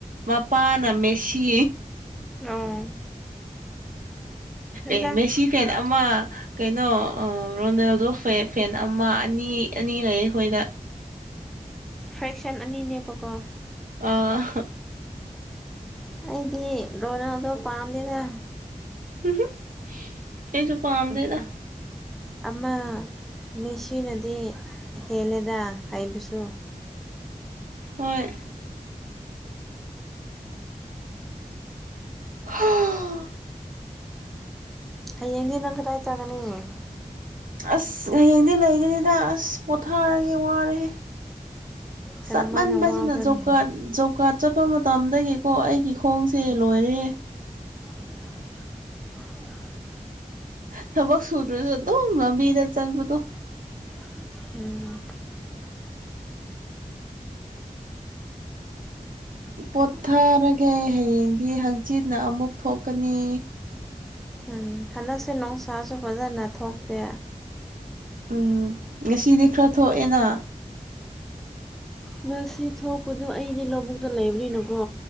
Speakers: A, on the right; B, in the centre.
A: ꯃꯄꯥꯅ ꯃꯦꯁꯤ
B: ꯑꯣ ꯍꯟꯗꯛ
A: ꯑꯦ ꯃꯦꯁꯤ ꯐꯦꯟ ꯑꯃ ꯀꯩꯅꯣ ꯔꯣꯅꯦꯜꯗꯣ ꯐ ꯐꯦꯟ ꯑꯃ ꯑꯅꯤ ꯑꯅꯤ ꯂꯩ ꯑꯩꯈꯣꯏꯗ
B: ꯐ꯭ꯔꯦꯛꯁꯟ ꯑꯅꯤꯅꯦꯕꯀꯣ
A: ꯑ
B: ꯎꯝ ꯑꯩꯗꯤ ꯗꯣꯅꯣꯗꯣ ꯄꯥꯝꯗꯦꯗ
A: ꯎ ꯍ ꯑꯩꯁꯨ ꯄꯥꯝꯗꯦꯗ
B: ꯑꯣ ꯑꯃ ꯃꯁꯤꯦꯁꯤꯅꯗꯤ ꯍꯦꯜꯂꯦꯗ ꯍꯥꯏꯕꯁꯨ
A: ꯍꯣꯏ ꯍꯥꯥ
B: ꯍꯌꯦꯡꯗꯤ ꯅꯪ ꯀꯗꯥꯏ ꯆꯥꯒꯅꯤꯉ
A: ꯑꯁ ꯍꯌꯦꯡꯗꯤ ꯂꯩꯒꯅꯤꯗ ꯑꯁ ꯄꯣꯊꯥꯔꯒꯦ ꯋꯥꯔꯦ
B: ꯀꯔꯝꯃꯥꯏꯅ
A: ꯆꯠꯃꯟꯕꯁꯤꯅ
B: ꯋꯥꯕ꯭ꯔꯅꯤ
A: ꯖꯣꯕ ꯀꯥꯔ ꯖꯣꯕ ꯀꯥꯔꯗ ꯆꯠꯄ ꯃꯇꯝꯗꯒꯤꯀꯣ ꯑꯩꯒꯤ ꯈꯣꯡꯁꯦ
B: ꯎꯝ
A: ꯂꯣꯏꯔꯦꯍꯦ
B: <unintelligible>
A: ꯊꯕꯛ ꯁꯨꯗꯔꯗꯨ ꯑꯗꯨꯕꯤꯔ ꯆꯕꯗꯨ
B: ꯎꯝ
A: ꯄꯣꯊꯥꯔꯒꯦ ꯍꯌꯦꯡꯗꯤ ꯍꯪꯆꯤꯠꯅ ꯑꯃꯨꯛ ꯊꯣꯛꯀꯅꯤ
B: ꯎꯝ ꯍꯟꯗꯛꯁꯦ ꯅꯨꯡꯁꯥꯁꯨ ꯐꯖꯅ ꯊꯣꯛꯇꯦ
A: ꯎꯝ ꯉꯁꯤꯗꯤ ꯈꯔ ꯊꯣꯛꯑꯦꯅ
B: ꯉ ꯊꯣꯛꯄꯗꯨ ꯑꯩꯗꯤ ꯂꯧꯕꯨꯛꯇ ꯂꯩꯕꯅꯤꯅꯀꯣ